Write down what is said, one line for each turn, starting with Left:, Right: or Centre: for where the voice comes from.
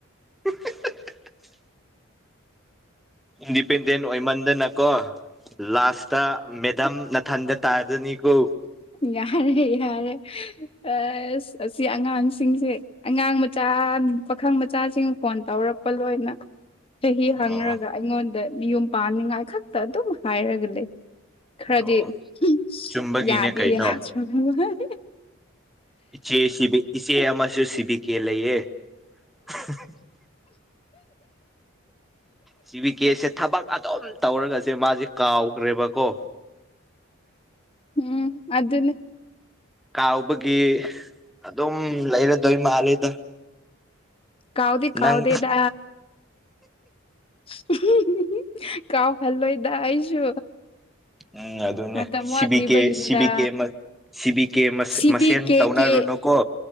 Centre: <unintelligible> ꯏꯟꯗꯤꯄꯦꯟꯗꯦꯟ ꯑꯣꯏꯃꯟꯗꯅꯀꯣ ꯂꯥꯁꯇ ꯃꯦꯗꯥꯝ ꯅꯥꯊꯟꯗ ꯇꯥꯗꯅꯤꯀꯣ
Left: ꯌꯥꯔꯦ ꯌꯥꯔꯦ ꯑꯁ ꯑꯁꯤ ꯑꯉꯥꯡꯁꯤꯡꯁꯦ ꯑꯉꯥꯡ ꯃꯆꯥ ꯄꯥꯈꯪ ꯃꯆꯥꯁꯤꯡ ꯐꯣꯟ ꯇꯧꯔꯛꯄ ꯂꯣꯏꯅ ꯆꯍꯤ ꯍꯪꯔꯒ
Centre: ꯑꯣ
Left: ꯑꯩꯉꯣꯟꯗ ꯃꯌꯨꯝ ꯄꯥꯟꯅꯤꯡꯉꯥꯏ ꯈꯛꯇ ꯑꯗꯨꯝ ꯍꯥꯏꯔꯒ ꯂꯩ ꯈꯔꯗꯤ
Centre: ꯑꯣ ꯆꯨꯝꯕꯒꯤꯅꯦ
Left: ꯌꯥꯗꯤ
Centre: ꯀꯩꯅꯣ
Left: ꯌꯥꯗ꯭ꯔ <unintelligible>
Centre: ꯏꯆꯦꯁꯤꯕꯤ ꯏꯆꯦ ꯑꯃꯁꯨ ꯁꯤꯕꯤꯀꯦ ꯂꯩꯌꯦ <unintelligible> ꯁꯤꯕꯤ ꯀꯦꯁꯦ ꯊꯕꯛ ꯑꯗꯨꯝ ꯇꯧꯔꯒꯁꯦ ꯃꯥꯁꯦ ꯀꯥꯎꯈ꯭ꯔꯦꯕꯀꯣ
Left: ꯎꯝ ꯑꯗꯨꯅꯦ
Centre: ꯀꯥꯎꯕꯒꯤ ꯑꯗꯨꯝ ꯂꯩꯔꯗꯣꯏ ꯃꯥꯜꯂꯦꯗ
Left: ꯀꯥꯎꯗꯤ ꯀꯥꯎꯗꯦꯗ
Centre: ꯅꯪ
Left: <unintelligible> ꯀꯥꯎꯍꯜꯂꯣꯏꯗ ꯑꯩꯁꯨ
Centre: ꯎꯝ ꯑꯗꯨꯅꯦ
Left: ꯃꯇꯝ ꯋꯥꯠꯂꯤꯕꯒꯤꯅꯤꯗ
Centre: ꯁꯤꯕꯤ ꯀꯦ ꯁꯤꯕꯤ ꯀꯦ ꯑꯃ ꯁꯤ ꯕꯤ ꯀꯦ ꯃꯁꯦ
Left: ꯁꯤꯕꯤ
Centre: ꯃꯁꯦꯟ
Left: ꯀꯦ
Centre: ꯇꯧꯅꯔꯨꯅꯨꯀꯣ
Left: ꯀꯦ